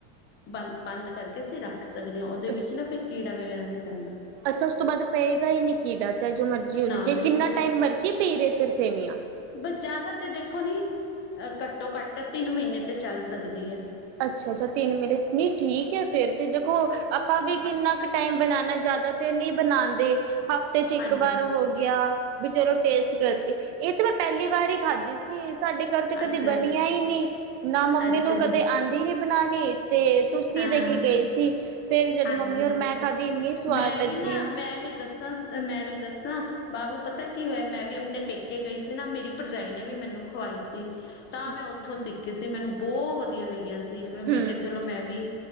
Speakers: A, on the left; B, on the right.
A: ਬੰਦ ਬੰਦ ਕਰਕੇ ਅਸੀਂ ਰੱਖ ਖ ਸਕਦੇ ਆਂ ਓਦੇ
B: ਅੱਛ
A: ਵਿੱਚ ਨਾ ਫਿਰ ਕੀੜਾ ਵਗੈਰਾ ਨਈ ਪੈਂਦਾ।
B: ਅੱਛਾ ਉਸ ਤੋਂ ਬਾਅਦ ਪਏਗਾ ਈ ਨੀ ਕੀੜਾ ਚਾਏ ਜੋ ਮਰਜ਼ੀ ਹੋ ਜੇ
A: ਨਾ
B: ਜੇ
A: ਬਿਲਕੁਲ
B: ਜਿੰਨਾ ਟਾਈਮ ਮਰਜ਼ੀ ਪਈ ਰਏ ਫਿਰ ਸੇਵੀਆਂ।
A: ਬ ਜ਼ਿਆਦਾ ਤੇ ਦੇਖੋ ਨੀ ਅ ਘੱਟੋ ਘੱਟ ਤਿੰਨ ਮੀਨੇ ਤੇ ਚੱਲ ਸਕਦੀ ਐ।
B: ਅੱਛਾ ਅੱਛਾ ਤਿੰਨ ਮੀਨੇ ਨਈ ਠੀਕ ਐ ਫੇਰ ਤੇ ਦੇਖੋ ਆਪਾਂ ਵੀ ਕਿੰਨਾ ਕੁ ਟਾਈਮ ਬਣਾਣਾ ਜ਼ਿਆਦਾ ਤੇ ਨਈ ਬਣਾਂਦੇ। ਹਫ਼ਤੇ
A: ਹਾਂਜੀ-ਹਾਂਜੀ-ਹਾਂਜੀ
B: ਚ ਇੱਕ ਵਾਰ ਹੋ ਗਿਆ ਵੀ ਫੇਰ ਓ ਟੇਸਟ ਕਰਕੇ ਏ ਤੇ ਮੈਂ ਪੈਲੀ ਵਾਰ ਈ ਖਾਧੀ ਸੀ ਸਾਡੇ ਘਰ ਚ
A: ਅੱਛਾ
B: ਕਦੀ ਬਣੀਆਂ
A: ਜੀ।
B: ਈ ਨਈ ਨਾ ਮੰਮੀ
A: ਅੱਛਾ
B: ਨੂੰ ਕ
A: ਜੀ
B: ਆਂਦੀ ਨੀ ਬਣਾਣੀ ਤੇ ਤੁਸੀਂ
A: ਹਾਂ
B: ਦੇ ਕੇ ਗਏ ਸੀ ਫੇਰ ਜਦ
A: ਹਾਂਜੀ-ਹਾਂਜੀ
B: ਮੰਮੀ ਓਰ ਮੈਂ ਖਾਧੀ ਇੰਨੀ ਸਵਾਦ
A: ਮੈਂ ਵੀ
B: ਲੱਗੀ
A: ਨਾ ਮੈਂ ਵੀ ਦੱਸਾਂ, ਮੈਂ ਵੀ ਦੱਸਾਂ ਬਾਬੂ ਪਤਾ ਕੀ ਹੋਇਆ ਮੈਂ ਵੀ ਆਪਣੇ ਪੇਕੇ ਕੇ ਗਈ ਸੀ ਨਾ ਮੇਰੀ ਭਰਜਾਈ ਨੇ ਵੀ ਮੈਨੂੰ ਖਵਾਈ ਸੀ ਤਾਂ
B: ਅੱਛਾ-ਅੱਛਾ,
A: ਮੈਂ ਓਥੋਂ ਸਿੱਖੀ ਸੀ। ਤੇ ਮੈਨੂੰ ਬੌ ਵਧੀਆ ਲੱਗੀਆਂ ਸੀ ਫਿਰ ਮੈਂ
B: ਹੂੰ।
A: ਕਿਆ ਚਲੋ ਮੈਂ ਵੀ